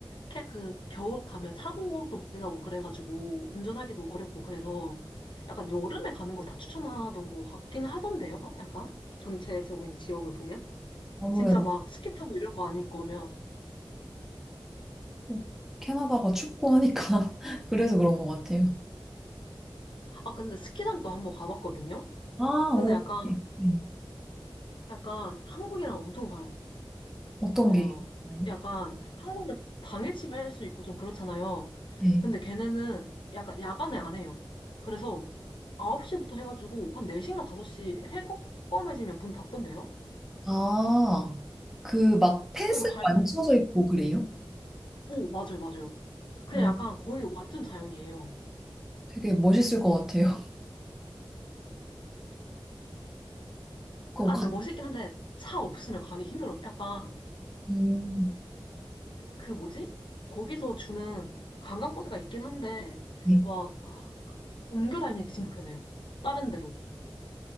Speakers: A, on the left (about 60°); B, in the centre.
A: 캐- 그 겨울 가면 사고도 많이 나고 그래가지고 운전하기도 어렵고 그래서 약간 여름에 가는 걸 다 추천하던 것 같긴 하던데요, 약간? 전체적인 지역을 보면?
B: 아무래도.
A: 진짜 막 스키 타고 이럴 거 아닐 거면.
B: 또 캐나다가 춥고 하니까 <laughs> 그래서 그런 것 같아요.
A: 아, 근데 스키장도 한번 가봤거든요?
B: 아,
A: 근데
B: 오.
A: 약간,
B: 네, 네.
A: 약간 한국이랑 엄청 달라.
B: 어떤
A: 달라요.
B: 게 있나요?
A: 약간 한국은 당일치기 할 수 있고 좀 그렇잖아요.
B: 네.
A: 근데 걔네는 약간 야간에 안 해요. 그래서 9시부터 해가지고 한 4시인가 5시 해 꺼매지면 문 닫던데요?
B: 아, 그 막 펜스가
A: 그래서 갈,
B: 안 쳐져 있고 그래요?
A: 오, 맞아요, 맞아요. 그냥
B: 어,
A: 약간 거의 완전 자연이에요.
B: 되게 멋있을 것 같아요. <laughs> 그럼
A: 아,
B: 가,
A: 근데 멋있긴 한데 차 없으면 가기 힘들어요. 약간
B: 음,
A: 그 뭐지? 거기서 주는 관광버스가 있긴 한데
B: 네.
A: 막 아, 그 옮겨 다니는 게 진짜 불편해요. 다른 데로.